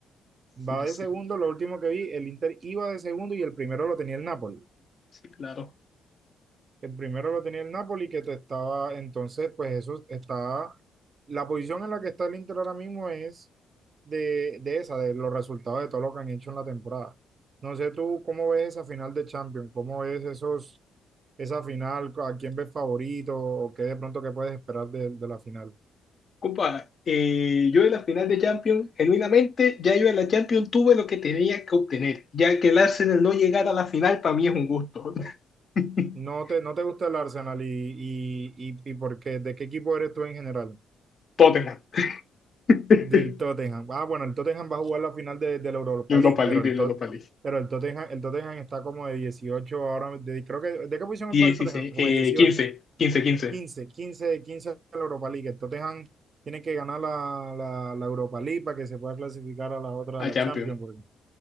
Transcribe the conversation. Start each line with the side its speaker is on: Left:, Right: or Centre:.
Right: Va
Left: Sí,
Right: de
Left: sí,
Right: segundo. Lo último que vi, el Inter iba de segundo y el primero lo tenía el Napoli.
Left: sí, claro.
Right: El primero lo tenía el Napoli, que te estaba, entonces, pues eso está, la posición en la que está el Inter ahora mismo es de, de esa, de los resultados de todo lo que han hecho en la temporada. No sé tú cómo ves esa final de Champions, cómo ves esos, esa final, a quién ves favorito o qué de pronto qué puedes esperar de, de la final.
Left: Compa, eh, yo en la final de Champions, genuinamente, ya yo en la Champions tuve lo que tenía que obtener. Ya que el Arsenal no llegara a la final, para mí es un gusto. <laughs>
Right: No te, no te gusta el Arsenal y, y, y, y por qué, ¿de qué equipo eres tú en general?
Left: Tottenham. <laughs>
Right: Del Tottenham. Ah, bueno, el Tottenham va a jugar la final de, de la Europa
Left: Europa
Right: League, pero
Left: League,
Right: el Tot,
Left: Europa League.
Right: pero el Tottenham, el Tottenham está como de 18 ahora, de- creo que, ¿de qué posición
Left: 16,
Right: va el Tottenham? Como
Left: eh,
Right: de 18,
Left: 15 quince quince
Right: quince, 15 de 15 a la Europa League. El Tottenham tiene que ganar la, la, la Europa League para que se pueda clasificar a la otra,
Left: a
Right: a la
Left: Champions.
Right: Champions, porque,